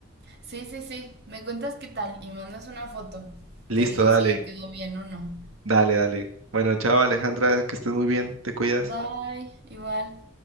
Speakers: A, on the right; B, on the right.
A: sí, sí, sí, me cuentas qué tal y mandas una foto.
B: listo,
A: Te digo
B: dale,
A: si quedó bien o no.
B: dale, dale. Bueno, chao Alejandra, que estés muy bien, te cuidas.
A: Bye, igual.